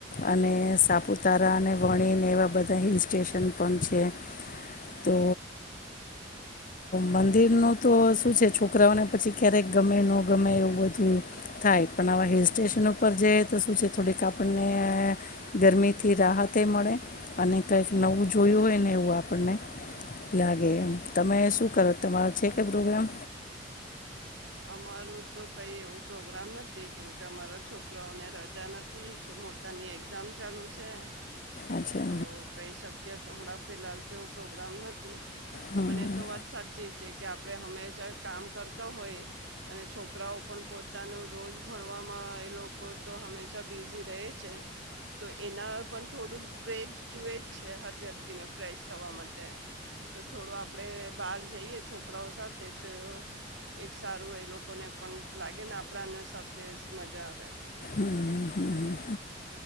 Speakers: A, on the left (about 45°); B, on the right (about 70°).
A: અને સાપુતારા અને વણીને એવા બધા હિલ સ્ટેશન પણ છે. તો મંદિર ન તો શું છે છોકરાઓને પછી ક્યારેક ગમે ન ગમે એવું બધું થાય પણ આવા હિલ સ્ટેશન પર જઈ તો શું છે થોડીક આપણને ગરમીથી રાહતે મળે અને કંઈક નવું જોયું હોય ને એવું આપણને લાગે એમ તમે શું કરો તમારો છે કે પ્રોગ્રામ.
B: અમારું તો કઈ એવું પ્રોગ્રામ નથી કેમકે અમારા છોકરાઓને રજા નથી મોટાની એક્ઝામ ચાલુ છે.
A: અચ્છા
B: તો કઈ શક્ય તો હમણાં ફિલાલ તો એવું પ્રોગ્રામ નથી.
A: હમ હમ
B: પણ એ તો વાત સાચી છે. કે આપણે હંમેશા કામ કરતા હોય અને છોકરાઓ પણ પોતાનું રોજ ભણવામાં એ લોકો તો હંમેશા બિઝી રહે છે તો એના પણ થોડુંક બ્રેક જુવે જ છે હર વ્યક્તિને ફ્રેશ થવા માટે તો થોડું આપડે બહાર જઈએ છોકરાઓ સાથે તો એક સારું એ લોકોને પણ લાગે ને આપણાને સાથે મજા આવે.
A: હમ્મ